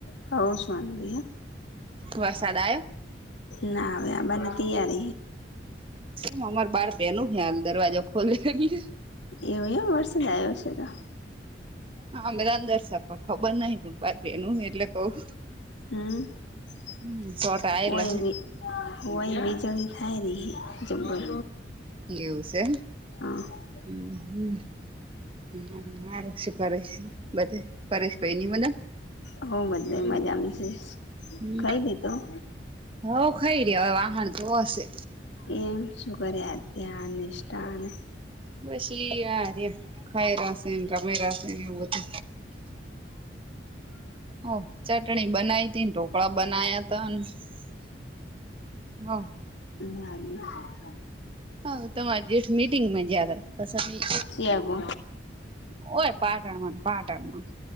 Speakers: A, on the left; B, on the right.
A: હ શન દ
B: વરસાદ આયો
A: નાવેવે બનતીએ ર
B: મ અમાર બાર પેનું હ હલ દરવાજો ખોલે એટલે
A: એવું એમ વર્ષદ આવ્યો છે તો
B: હામે તો અંદરશ આપ ખબર નહ પણ બાર બેનું એટલે કવું
A: <inaudible>
B: <inaudible>
A: હોય
B: હે
A: બી હોય વીજણી થાય રહી જબર
B: એવું છે.
A: <inaudible>
B: <inaudible> હ માાર શું કર છે, બધે ફેશ ભાઈ નની મદન
A: હ બદલે મજાની છે.
B: હમ
A: ખઈ લીધું
B: હવ ખઈ રહ્યા હવે વાહન તો હશે
A: એમ શું કર્યા અત્યા નિષ્ઠાને
B: બસ એ યાર ખાયરાસ રમેરા છે એ છે. ઓ ચટણી બનાવી હતી ને ઢોકળા બનાયા તા અને <inaudible>
A: <unintelligible>
B: હા તમારે જેઠ મીટિંગમાં જદ પી
A: શયાબો
B: હોય પાટણ મા પાટણમા